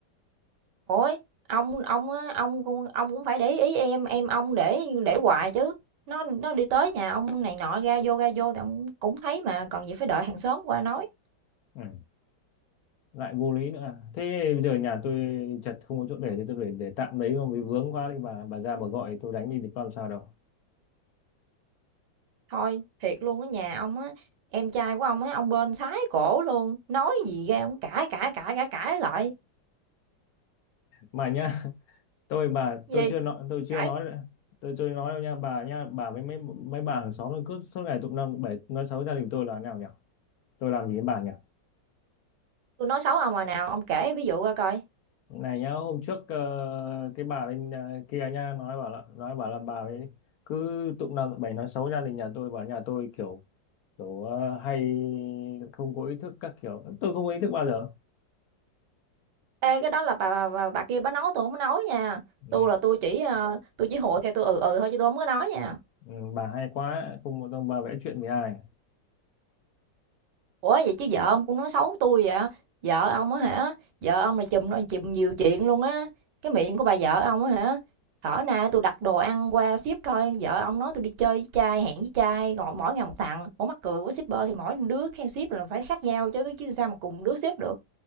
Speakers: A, on the right; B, on the left.
A: Ôi, ông ông á, ông cũng ông cũng phải để ý em, em ông để để hoài chứ, nó nó đi tới nhà ông này nọ ra vô, ra vô thì ông cũng thấy mà, cần gì phải đợi hàng xóm qua nói.
B: Ừ. Lại vô lý nữa à. Thế bây giờ nhà tôi chật không có chỗ để thì tôi để để tạm đấy không vì vướng quá thì bà bà ra bà gọi tôi đánh đi thì có làm sao đâu.
A: Thôi, thiệt luôn á, nhà ông á, em trai của ông á, ông bên sái cổ luôn, nói gì ra ông cãi, cãi, cãi, cãi, cãi lại.
B: Mà nhá tôi bà
A: Gì?
B: tôi chưa nói tôi chưa
A: Cãi
B: nói tôi chưa nói đâu nha bà nha bà với mấy mấy bà hàng xóm nó cứ suốt ngày tụng năm tụng bảy nói xấu gia đình tôi là nào nhỉ tôi làm gì với bà nhỉ
A: tôi nói xấu ông hồi nào, ông kể ví dụ ra coi.
B: này nhá hôm trước ờ, cái bà bên ờ, kia nha nói bảo là nói bảo là bà ấy cứ tụng năm tụng bảy nói xấu gia đình nhà tôi bảo nhà tôi kiểu kiểu ờ, hay không có ý thức các kiểu tôi không có ý thức bao giờ
A: Ê, cái đó là bà bà bà, bà kia bà nói tôi không có nói nha.
B: ừ.
A: Tôi là tôi chỉ ờ, tôi chỉ hộ theo tôi ừ ừ thôi chứ tôi không có nói nha.
B: Ừ, bà hay quá không một ông bà vẽ chuyện với ai
A: Ủa vậy chứ vợ ông cũng nói xấu tôi vậy? Vợ ông á hả? Vợ ông là chùm nó chùm nhiều chuyện luôn á. Cái miệng của bà vợ ông á hả? Thở nay tôi đặt đồ ăn qua ship thôi, vợ ông nói tôi đi chơi với trai, hẹn với trai, gọi mỗi ngày một thằng. Ủa mắc cười quá shipper thì mỗi đứa khen ship là phải khác nhau chứ chứ sao mà cùng đứa ship được.